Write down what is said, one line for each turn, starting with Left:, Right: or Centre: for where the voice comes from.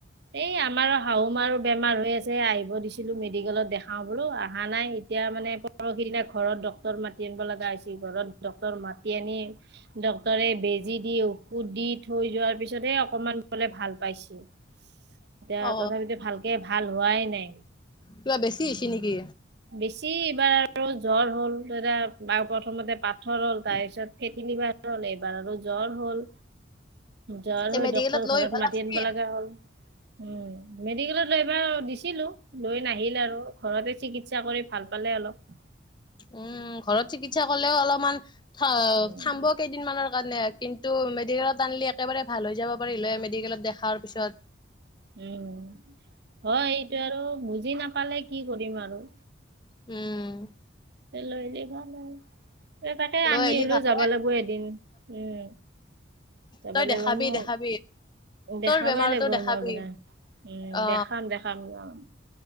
Right: এই আমাৰো শাহু মাৰো বেমাৰ হৈ আছে। আহিব দিছিলো মেডিকেলত। দেখাও বোলো, আহা নাই এতিয়া মানে পৰসি দিনা ঘৰত ডক্টৰ মাতি আনিব লগা হৈছিল ঘৰত ডক্টৰ মাতি আনি ডক্তৰে বেজি দি ঔষধ দি থৈ যোৱাৰ পিছতহে অকমান বলে ভাল পাইছোঁ এতিয়া
Left: অ
Right: তথাপিতো ভালকে ভাল হোৱাই নাই।
Left: কিবা বেছি হৈছে নেকি?
Right: বেছি এইবাৰ আৰু জ্বৰ হ'ল এয়া বা প্ৰথমতে পাথৰ হ'ল তাৰ পিছত ফেতিনিবাৰ হ'ল এইবাৰ আৰু জ্বৰ হ'ল জ্বৰ
Left: এই
Right: হৈ
Left: মেডিকেলত
Right: ডক্টৰ
Left: লৈ
Right: ঘৰত
Left: আহিব
Right: মাতি
Left: লাগছিল
Right: আনিব লগা হ'ল উম মেডিকেলত লৈ এবাৰ গৈছিলোঁ লৈ নাহিল আৰু ঘৰতে চিকিৎসা কৰি ভাল পালে অলপ।
Left: উম ঘৰত চিকিৎসা কৰিলেও অলপমান থ
Right: উম
Left: থামব দিনমানৰ কাৰণে কিন্তু মেডিকেলত আনিলি একেবাৰে ভাল হৈ যাব পাৰিলে মেডিকেলত দেখাৰ পিছত
Right: উম হয় এইটো আৰু বুজি নাপালে কি কৰিম আৰু
Left: উম
Right: লৈলে ভাল আৰু ত তাকে
Left: লৈ
Right: আমি
Left: আহিলি
Right: হ'লেও
Left: ভাল
Right: যাব
Left: হয়
Right: লাগিব এদিন উম যাব
Left: তই
Right: লাগিব
Left: দেখাবি
Right: মোক
Left: দেখাবি।
Right: দেখাবই
Left: তোৰ বেমাৰতো
Right: লাগিব
Left: দেখাবি
Right: মই মানে উম
Left: অ
Right: দেখাম দেখাম খাম আৰু